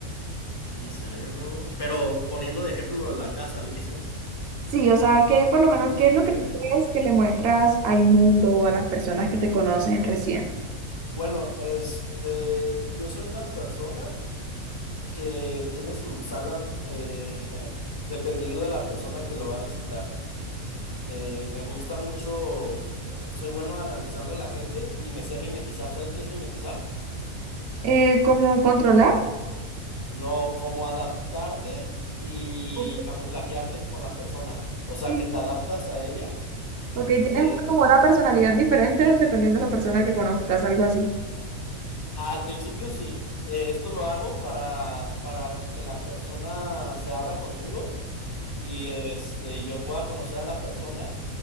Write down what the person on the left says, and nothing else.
Mi cerebro, pero poniendo de ejemplo lo de la casa, dices,
ok.
Bueno, este, yo soy una persona que tiene su sala eh, <laughs> dependiendo de la persona que lo va a visitar. Eh, me gusta mucho, eh, soy bueno analizando a la gente y me sé mimetizar. ¿Sabes qué es mimetizar?
No, como adaptarte y
camuflajearte con la persona. O sea,
que te adaptas a ella.
Eh,
al principio sí. Eh, esto lo hago para, para que la persona se abra conmigo y este, yo pueda conocer a la persona